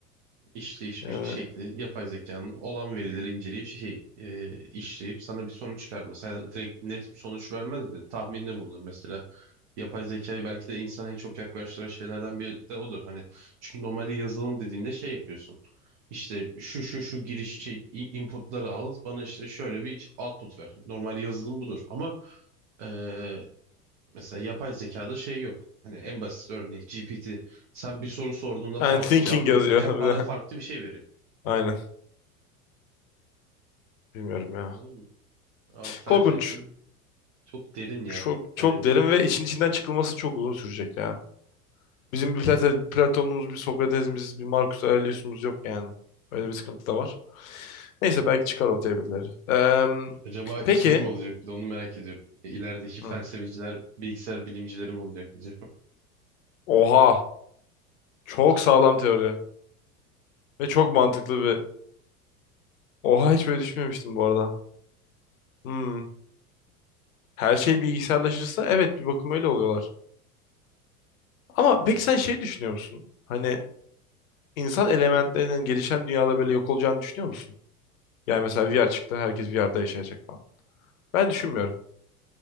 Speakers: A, on the right; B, on the left.
A: İşleyiş
B: Yani
A: bir şekli yapay zekanın olan verileri inceleyip şey e, işleyip sana bir sonuç çıkarmaz. Sana direkt net bir sonuç vermez de tahminde bulunur mesela. yapay zekayı belki de insana en çok yaklaştıran şeylerden biri de odur. Hani çünkü normalde yazılım dediğinde şey yapıyorsun. İşte şu şu şu giriş şey i- inputları al bana işte şöyle bir output ver. Normal yazılım budur ama eee, mesela yapay zekada şey yok. Hani en basit örneği GPT sen bir soru sorduğunda
B: and
A: farklı
B: thinking
A: cevap
B: yazıyor
A: verirken
B: <laughs> bir
A: bana
B: de.
A: farklı bir şey veriyor.
B: Aynen. Bilmiyorum ya.
A: Anladın mı? Aa, felsefe
B: Korkunç.
A: çok derin ya.
B: Çok
A: Hani
B: çok derin ve için içinden çıkılması çok uzun sürecek ya. Bizim bir Plate- Platon'umuz, bir Sokrates'imiz, bir Marcus Aurelius'umuz yok yani. Öyle bir sıkıntı da var. Neyse belki çıkar ortaya birileri. Eee,
A: acaba
B: peki.
A: şey mi olacak bir de onu merak ediyorum. E, İlerideki
B: Hı.
A: felsefeciler, bilgisayar bilimcileri mi olacak acaba?
B: Oha. Çok sağlam teori. Ve çok mantıklı bir... Oha hiç böyle düşünmemiştim bu arada. Hmm. Her şey bilgisayarlaşırsa evet bir bakıma öyle oluyorlar. Ama peki sen şey düşünüyor musun? Hani insan elementlerinin gelişen dünyada böyle yok olacağını düşünüyor musun? Yani mesela VR çıktı herkes VR'da yaşayacak falan. Ben düşünmüyorum.